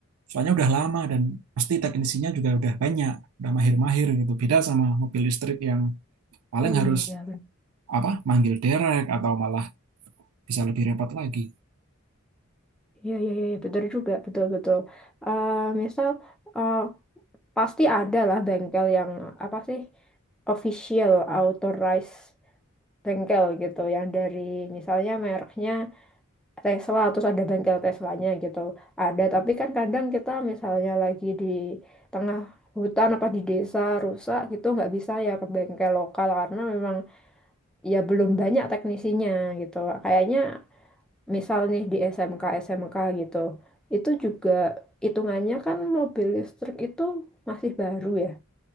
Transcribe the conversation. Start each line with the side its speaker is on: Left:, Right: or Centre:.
Right: soalnya udah lama dan pasti teknisinya juga udah banyak udah mahir-mahir gitu beda sama mobil listrik yang paling
Centre: Oh iya,
Right: harus
Centre: benar.
Right: apa manggil derek atau malah bisa lebih repot lagi
Centre: Iya, iya, iya, betul juga, betul-betul. misal eh, Pasti ada lah bengkel yang apa sih official authorized bengkel gitu yang dari misalnya mereknya Tesla terus ada bengkel Teslanya gitu ada tapi kan kadang kita misalnya lagi di tengah hutan apa di desa rusak gitu nggak bisa ya ke bengkel lokal karena memang ya belum banyak teknisinya gitu kayaknya misal nih di SMK SMK gitu itu juga hitungannya kan mobil listrik itu masih baru ya